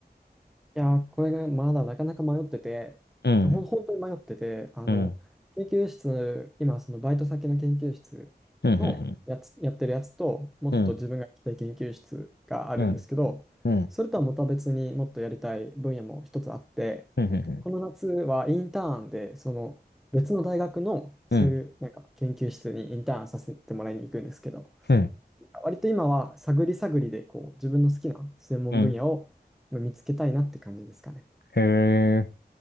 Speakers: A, in the centre; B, on the left (about 75°).
A: いやー、これがまだなかなか迷ってて、
B: うん
A: ほん、本当に迷ってて、あの、
B: うん
A: 研究室、今、そのバイト先の研究室のやつ、
B: うんうん
A: やってるやつと、もっと自分が行きたい研究室があるんですけど、
B: うんうんうんうん
A: それとはまた別にもっとやりたい分野も一つあって、
B: うんうん
A: この夏はインターンで、その別の大学のそういうなんか研究室にインターンさせてもらいに行くんですけど、
B: うん
A: 割と今は探り探りでこう自分の好きな専門分野をまあ見つけたいなって感じですかね。
B: うん。へえ、